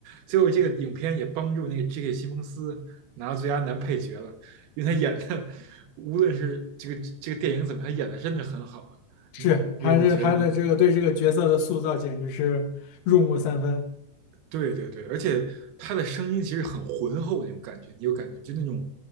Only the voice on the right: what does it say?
最后这个影片也帮助那个 J.K. 西蒙斯拿到最佳男配角了，因为他演的无论是这个这个电影怎么，他演的真的很好啊，
你你你觉得呢？
对对对，而且他的声音其实很浑厚那种感觉，你有感觉就那种